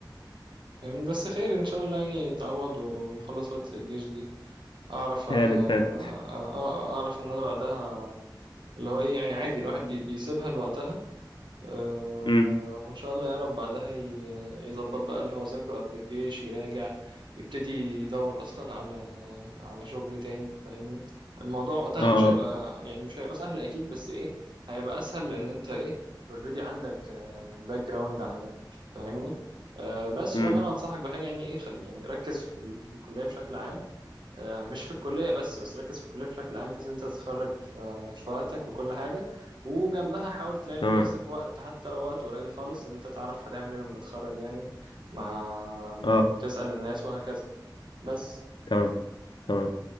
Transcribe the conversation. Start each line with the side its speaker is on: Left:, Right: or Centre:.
Right: يعني بس خير ان شاء الله يعني اتعوض ومخلص فترة الجيش دي اعرف آه
Left: هانت
Right: آه
Left: هانت
Right: آه، آه، آه، اعرف ان انا بعدها اللي هو ايه يعني عادي الواحد بي- بيسيبها لوقتها آه،
Left: امم
Right: وإن شاء الله يعرف بعدها ي- يظبط بقى اللي هو ذاكره قبل الجيش يراجع يبتدي يدور أصلا على على شغل تاني فاهمني الموضوع وقتها
Left: اه
Right: مش هيبقى يعني مش هيبقى سهل أكيد بس إيه هيبقى أسهل لأن أنت إيه أوريدي عندك باك جراوند عندك فاهمني آه، بس
Left: امم
Right: وأنا اللي أنصحك بحاجة يعني إيه خل يعني ركز في, ال- في الكلية بشكل عام آه، مش في الكلية بس بس ركز في الكلية بشكل عام بحيث إن أنت تتخرج في في وقتك وكل حاجة وجنبها حاول تلاقي
Left: تمام
Right: لنفسك وقت حتى لو وقت قليل خالص إن أنت تعرف هتعمل إيه لما تتخرج يعني مع
Left: اه
Right: وتسأل الناس وهكذا بس
Left: تمام تمام